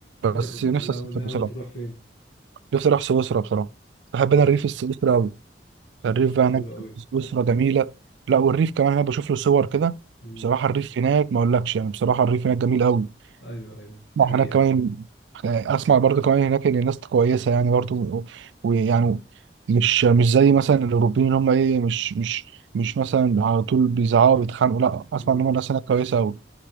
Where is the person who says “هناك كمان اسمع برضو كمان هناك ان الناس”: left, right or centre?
Right